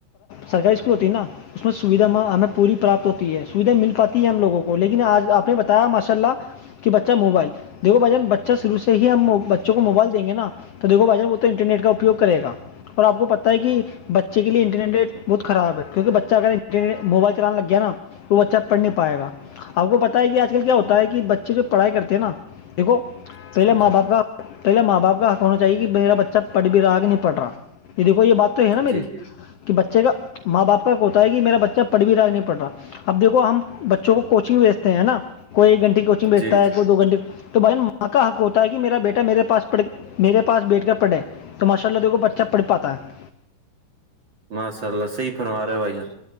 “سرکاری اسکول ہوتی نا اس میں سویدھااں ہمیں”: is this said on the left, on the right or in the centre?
Left